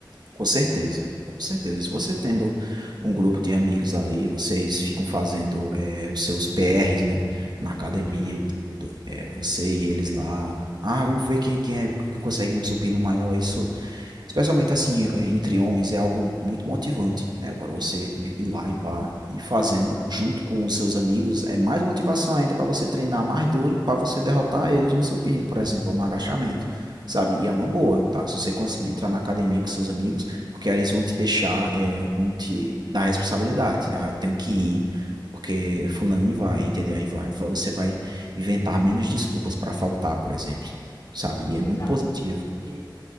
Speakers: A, on the right; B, on the left.
A: Com certeza. Com certeza. Se você tendo um grupo de amigos ali, vocês ficam fazendo eh, os seus PRs, né? Na academia
B: Uhum,
A: e tudo. eh, você e eles lá. Ah, vamos ver quem, quem é que consegue um supino maior. Isso Especialmente assim, entre homens, é algo muito motivante, né? Para você ir ir lá e pá, ir fazendo junto com os seus amigos, é mais motivação ainda para você treinar mais duro, para você derrotar eles no supino, por exemplo, ou no agachamento, sabe? E é uma boa, tá? Se você conseguir entrar na academia com seus amigos, porque aí eles vão te deixar, é, vão te dar responsabilidade. né? Ah, eu tenho que ir, porque fulaninho vai, entendeu? Aí vai, você vai inventar menos desculpas para faltar, por exemplo, sabe? E é
B: exato.
A: muito positivo.
B: E,